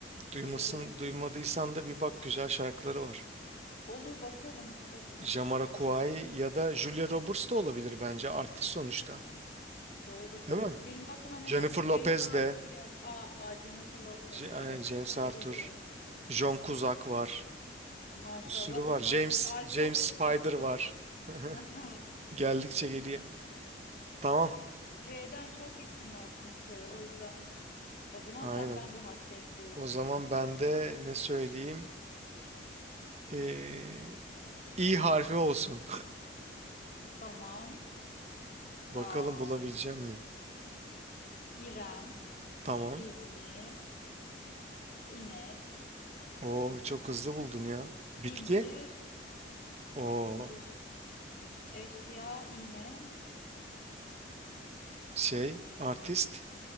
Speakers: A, on the right; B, on the left.
A: Duymasın,
B: Olabilir.
A: duymadıysan da bir bak güzel şarkıları var.
B: Olur bakarım mutlaka.
A: Jamiroquai ya da Julia Roberts da olabilir bence artist sonuçta.
B: Doğrudur.
A: Değil mi?
B: Benim aklıma nedense
A: Jennifer Lopez
B: James Arthur
A: de,
B: geldi. Aa Jennifer Lopez
A: J-
B: evet.
A: aynen James Arthur,
B: Tabii ki.
A: John Cusack var.
B: Maşallah
A: Bir sürü
B: sıraladın.
A: var. James
B: Alfabe
A: James Spider
B: sıraladı.
A: var. <laughs>
B: <laughs>
A: Geldikçe geliyor. Tamam.
B: C'den çok isim var çünkü o yüzden. O zaman
A: Aynen.
B: senden bir harf bekliyorum.
A: O zaman ben de ne söyleyeyim? Ee, İ harfi olsun.
B: Tamam.
A: <laughs> Bakalım
B: Aa,
A: bulabileceğim mi?
B: İrem,
A: Tamam.
B: İzmir, inek,
A: O çok hızlı buldun ya. Bitki.
B: incir,
A: O
B: incir, eşya, iğne,
A: şey artist